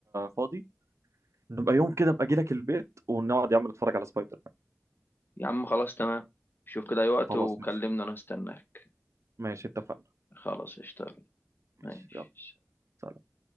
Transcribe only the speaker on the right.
فاضي نبقى يوم كده ابقى اجي لك البيت ونقعد يا عم نتفرج على سبايدر مان
خلاص
ماشي
ماشي اتفقنا
ماشي
يلا سلام